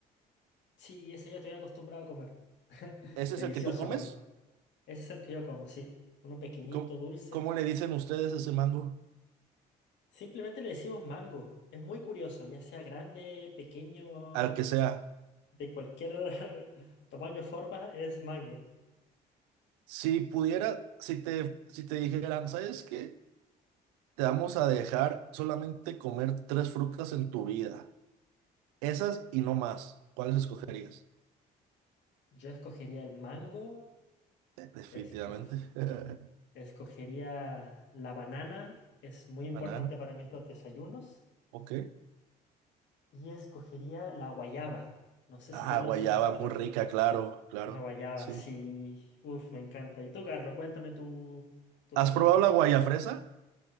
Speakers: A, on the left; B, on the right.
A: Sí, ese yo estoy acostumbrado a comer. <laughs>
B: ¿Ese
A: Delicioso
B: es el que tú comes?
A: para mí. Ese es el que yo como, sí. Uno pequeñito,
B: ¿Y cómo,
A: dulce.
B: cómo le dicen ustedes a ese mango?
A: Simplemente le decimos mango. Es muy curioso, ya sea grande, pequeño,
B: Al que sea.
A: de cualquier <laughs> tamaño o forma, es mango.
B: Si pudiera, si te, si te dijeran, ¿sabes qué? Te vamos a dejar solamente comer tres frutas en tu vida. Esas y no más. ¿Cuáles escogerías?
A: Yo escogería el mango,
B: Eh, Definitivamente.
A: escog-
B: <laughs>
A: escogería la banana, es muy importante
B: Banana.
A: para mí en los desayunos,
B: Ok.
A: y escogería la guayaba. No sé
B: Ah,
A: si conoces
B: guayaba,
A: esa fruta.
B: muy rica, claro, claro.
A: Una guayaba,
B: Sí.
A: sí. Uf, me encanta. Y tú, Carlos, cuéntame tu, tu
B: ¿Has
A: preferencia.
B: probado la guayafresa?